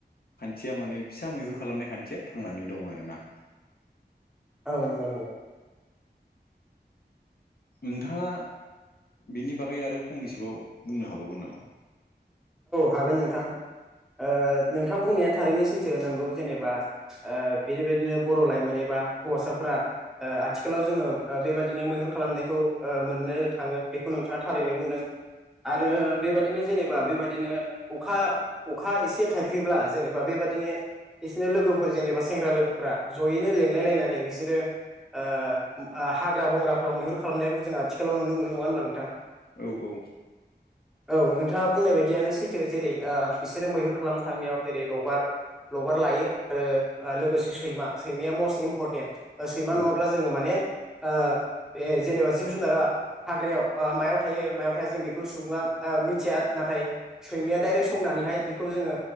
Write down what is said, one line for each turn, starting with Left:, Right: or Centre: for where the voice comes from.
Left: खान्थिया माने फिसा मैहुर खालामनाय खान्थिया थांनानै दं आरोना
Centre: औ नंगौ नंगौ
Left: नोंथाङा बिनि बागै आरो फंनैसोबाव बुंनो हाबावगोन नामा?
Centre: हागोन नोंथां ओ नोंथां बुंनाया थारैनो सैथो नोंगौ जेनेबा ओ बेनिबायदिनो बर लाइमोन एबा हौवासाफोरा आ ओ आथिखालाव जोङो ओ बेबायदिनो मैहुर खालामनायखौ ओ मोननो थाङो बेखौ नोंथाङा थारैनो बुंदों आरो बेबायदिनो जेनेबा बेबा दिनो अखा अखा इसे थायफ्रिब्ला जेनेबा बेबादिनो बिसोरनि लोगोफोर जेनेबा सेंग्रा लोगोफ्रा जयैनो लेंलाय लायनानै बिसोरो ओ आ हाग्रा बंग्राफ्राव मैहुर खालामनायखौ जों आथिखालाव नुनो मोनो नङा होनबा नोंथां?
Left: औ औ
Centre: औ नोंथाङा बुंनाय बायदियानो सैथो जेरै आ बिसोरो मैहुर खालामनो थांनायाव जेरै लबार लबार लायो आरो ओ लोगोसे सैमा सैमाया मस्ट इम्परटेन्ट ओ सैमा नङाब्ला
Left: औ
Centre: जोङो माने ओ ए जेनेबा जिब जुनारा हाग्रायाव ओ मायाव थायो मायाव थाया जों बेखौ सुबुङा आ मिथिया नाथाय सैमाया दाइरेक्ट संनानैहाय बिखौ जोङो